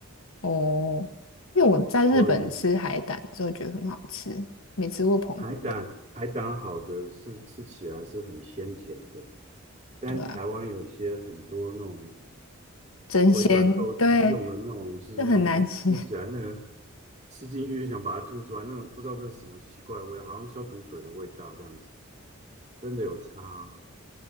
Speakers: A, on the left; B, on the right.
A: 哦，因为我在日本吃海胆就觉得很好吃，
B: 所以
A: 没吃过澎湖的，
B: 海胆海胆好的是吃起来是很鲜甜的。但台湾有一些很多那种
A: 对啊，真鲜，
B: 回转寿司用的那种，
A: 对，
B: 就是那种吃起来那个
A: 就很难吃，
B: 吃进去就想把它吐出来，那种不知道这是什么奇怪的味道好像消毒水的味道这样子，真的有差哦